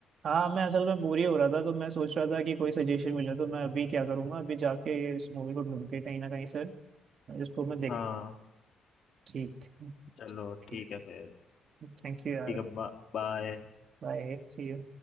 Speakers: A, on the right; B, on the left.
A: हाँ मैं असल में बोर ही हो रहा था तो मैं सोच रहा था कि कोई सजेशन मिले तो मैं अभी क्या करूँगा अभी जाके इस मूवी को ढूंढ के कहीं ना कहीं से जिसको मैं देख
B: हाँ
A: ठीक
B: चलो
A: ठीक
B: ठीक है फिर
A: थैंक यू यार
B: ठीक है बा, बाय
A: Bye see you.